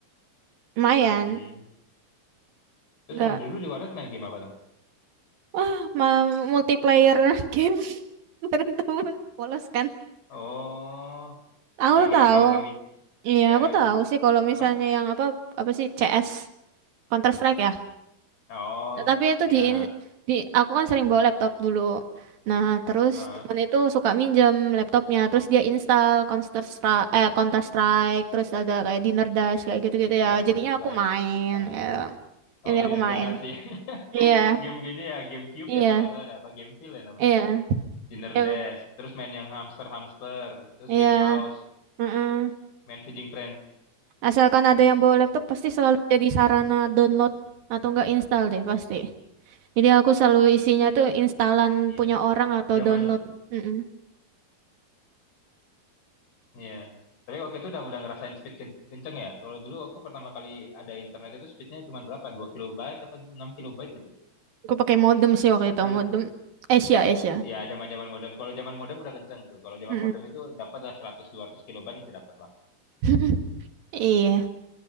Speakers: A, on the right (about 70°); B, on the left (about 70°).
A: lumayan
B: hmm. Terus
A: enggak
B: kalau dulu di warnet main game apa tuh?
A: wah ma- multiplayer <laughs> game bareng temen polos kan
B: Oh,
A: aku
B: yang kayak
A: tahu
B: game-game
A: iya
B: yang
A: aku tahu sih kalau misalnya
B: apa?
A: yang apa apa sih CS Counter Strike ya
B: Oh,
A: Tapi itu
B: ya,
A: di, di aku kan sering bawa laptop dulu. Nah, terus
B: Heeh.
A: temen itu suka minjem laptopnya, terus dia install Counter Strike, eh, Counter Strike, terus ada kayak Dinner Dash kayak gitu-gitu ya.
B: Ya
A: Jadinya
B: Counter Strike.
A: aku main,
B: Heeh.
A: gitu.
B: Oh,
A: Jadi
B: Dinner
A: aku main.
B: Dash ya. <laughs>
A: Iya,
B: Game gini ya, GameCube
A: iya,
B: ya kalau salah ada apa Gameville ya namanya
A: iya,
B: itu. Dinner
A: iya,
B: Dash, terus main yang hamster-hamster, terus
A: iya.
B: game house.
A: mm-mm.
B: main Feeding Frenzy
A: Asalkan ada yang bawa laptop, pasti selalu jadi sarana download atau enggak install deh pasti. Jadi aku selalu isinya tuh instalan
B: iya
A: punya orang atau
B: zaman
A: download. Mm-mm.
B: iya tapi waktu itu udah udah ngerasain speed ke- kenceng ya kalau dulu aku pertama kali ada internet itu speednya cuma berapa 2 kilobyte apa 6 kilobyte gitu
A: Aku pakai modem sih waktu itu,
B: 6?
A: modem Asia, Asia.
B: ya zaman zaman modem kalau zaman modem udah kenceng tuh kalau zaman
A: Mm-mm.
B: modem itu dapat lah 100 200 kilobyte masih dapat lah
A: <laughs> Iya,